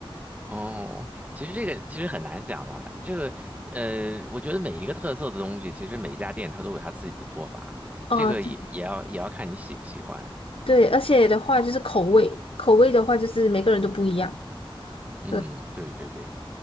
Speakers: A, on the right; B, on the left.
A: 哦，其实这个其实很难讲啦。这个呃，我觉得每一个特色的东西，其实每一家店它都有它自己的做法，
B: <laughs> 哦，
A: 这个也也要也要看你喜不喜欢。
B: 对对，而且的话就是口味，口味的话就是每个人都不一样。
A: 嗯，
B: 对。
A: 对对对，